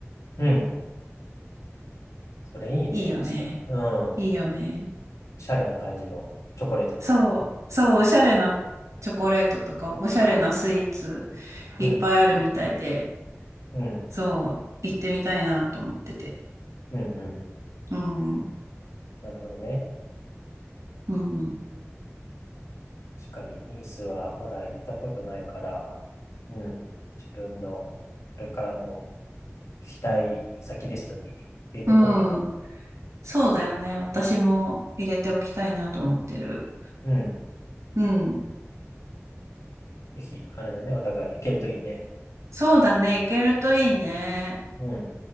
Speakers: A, on the left; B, on the right.
A: うんそれいいね、
B: いいよね。
A: 確かに。うん。お
B: いいよね。
A: しゃれな感じのチョコレートだね。
B: そう、そう、おしゃれなチョコレートとか、おしゃれなスイーツ
A: うん、
B: いっぱいあるみたいで、
A: うん、
B: そう、行ってみたいなと思ってて。
A: うん、うん、うん。
B: うん、うん、
A: なるほどね。
B: うん。
A: 確かに、ニースはまだ行ったことないから、うん。自分のこれからの期待先リストに入れとこうかな。
B: うん、そうだよね。私も入れておきたいなと思ってる。
A: うん。
B: うん。
A: ぜひ、あれだね、お互い行けるといいね。
B: そうだね。行けるといいね。
A: うん。